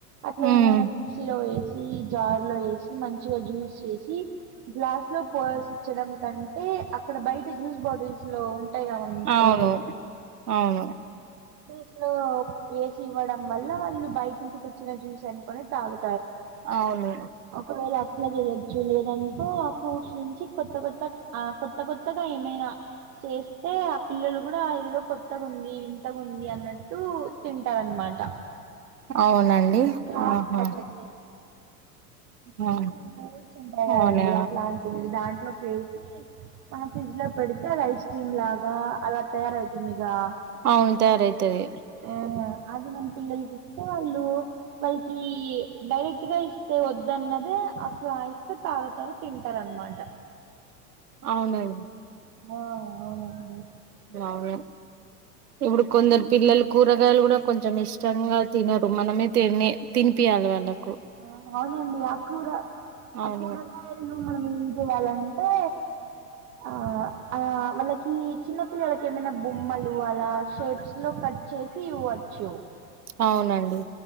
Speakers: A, on the right; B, on the right.
A: అట్లా
B: ఉమ్
A: ఏమైనా మిక్సీలో వేసి జార్ లో వేసి మంచిగా జ్యూస్ చేసి గ్లాస్ లో పోసిచ్చడం కంటే అక్కడ బయట జ్యూస్ బాటిల్స్ లో ఉంటాయిగ మన ఇంట్లో
B: అవును అవును
A: స్ లో వేసి ఇవ్వడం వల్ల వాళ్ళ బయటి నుంచి తెచ్చిన జ్యూస్ అనుకుని తాగు
B: అవును
A: ఒకవేళ అట్లా జయచ్చు లేదనుకో ఆ ఫ్రూట్స్ నుంచి కొత్త కొత్తగా ఆ కొత్త కొత్తగా ఏమై ఇగ చేస్తే ఆ పిల్లలు కూడా ఇదేదో కొత్తగుంది వింతగుంది అన్నట్టు త్తు తింటారన్మాట
B: అవునండి
A: క్రాఫ్ట్
B: ఆహా
A: అట్లా చే
B: ఆ
A: ఏమైనా మూల్స్ ఉంటయి కదండి
B: అవునా
A: అట్లాంటివి దాంట్లో చేసి మనం ఫ్రిడ్జ్ లో పెడితే, అది ఐస్ క్రీమ్ లాగా అలా తయారవుతుందిగా!
B: అవును తయారైతది
A: ఆ అది మన పిల్లలకిస్తే వాళ్ళు వాళ్ళకి డైరెక్ట్ గా ఇస్తే వద్దన్నదే అట్ల ఇస్తే తాగుతారు తింటారన్ మాట.
B: అవునండి.
A: ఆ అవునండి.
B: అవును. ఇప్పుడు కొందరు పిల్లలు కూరగాయలు కూడా కొంచెం ఇష్టంగా తినరు. మనమే తినే తిన్ పియాల వాళ్ళకి.
A: ఆ అవునండి. ఆక్కూర, ఆ
B: అవును
A: కూరగాయలు, మనం ఏం చేయాలంటే, అ ఆ వాళ్ళకి చిన్న పిల్లళ్ళకి ఏమైనా బొమ్మలు అలా, షేప్స్ లో కట్ చేసి ఇవ్వచ్చు.
B: అవునండి